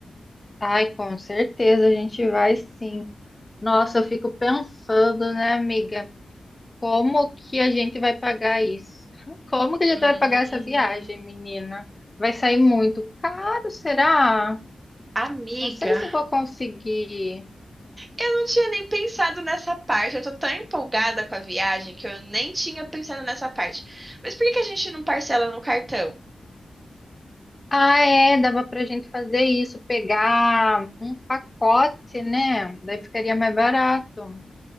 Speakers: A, on the left; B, on the right.
A: Ai, com certeza a gente vai sim. Nossa, eu fico pensando, né, amiga? Como que a gente vai pagar isso? Como que a gente
B: Hum,
A: vai pagar essa viagem, menina? Vai sair muito caro, será?
B: Amiga,
A: Não sei se eu vou conseguir.
B: eu não tinha nem pensado nessa parte. Eu tô tão empolgada com a viagem que eu nem tinha pensado nessa parte. Mas por que que a gente não parcela no cartão?
A: Ah, é, dava pra gente fazer isso, pegar um pacote, né? Daí ficaria mais barato.